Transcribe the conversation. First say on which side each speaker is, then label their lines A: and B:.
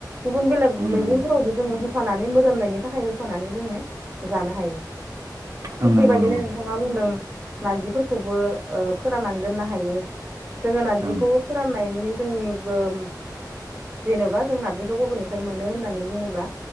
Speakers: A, on the right; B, on the right.
A: गुबुन बेलेग
B: ओं
A: मैगंफोरावबो
B: नंगौ
A: जोङो होफानानै मोदोमनायनि थाखाय होफानानै जोङो जानो हायो
B: ओं
A: थिग बेबायदिनो
B: नंगौ नंगौ
A: नोंथाङा बुंदों नारजिफोरखौबो ओ फोराननानै दोननो हायो। जोङो नारजिखौ
B: ओं
A: फोराननायनि जोंनि बोम जेनेबा जों नारजिखौ बबेनिफ्राय मोनो होननानै बुङोब्ला